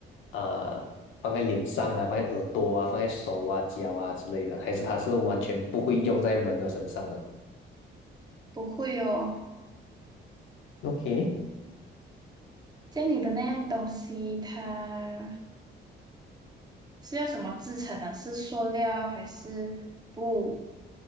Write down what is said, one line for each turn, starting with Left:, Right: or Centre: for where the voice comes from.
Left: 呃，放在脸上啊，放在耳朵啊，放在手啊、脚啊之类的，还是它是完全不会用在人的身上的
Right: 不会哦，
Left: ？OK。
Right: 家里的那样东西，它是用什么制成的？是塑料还是布，